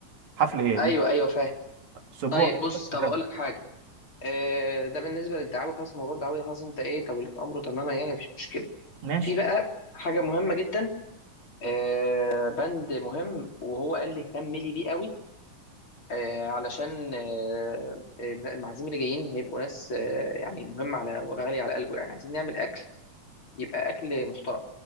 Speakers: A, on the right (about 65°); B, on the left (about 40°).
A: حفل ايه
B: أيوه
A: ل-
B: أيوه فاهم
A: اسبوع
B: طيب بص
A: الطفل
B: طب
A: كذا
B: أقول لك حاجة آه ده بالنسبة للدعاوي خلاص موضوع الدعاوي خلاص أنت إيه توليت أمره تماما يعني مفيش مشكلة
A: ماشي
B: في بقى حاجة مهمة جدا آه بند مهم وهو قال لي اهتم لي بيه قوي آه علشان آه المعازيم اللي جايين هيبقوا ناس آه يعني مهمة على وغالية على قلبه يعني عايزين نعمل أكل يبقى اكل محترم